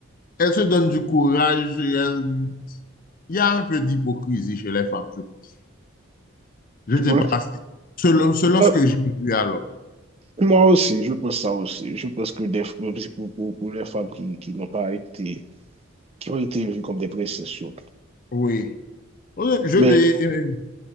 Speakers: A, on the left (about 40°); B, on the right (about 30°).
A: elles se donnent du courage. et elles- il y a un peu d'hypocrisie chez les femmes, je pense. Je
B: Tu
A: ne sais
B: penses?
A: pas. Selon, selon
B: Ah,
A: ce que j'ai vu alors.
B: Moi aussi, je pense ça aussi. Je pense que des, pour, pour, pour les femmes qui, qui n'ont pas été qui ont été vus comme des précessions.
A: Oui. Oui, Je,
B: Mais,
A: et- et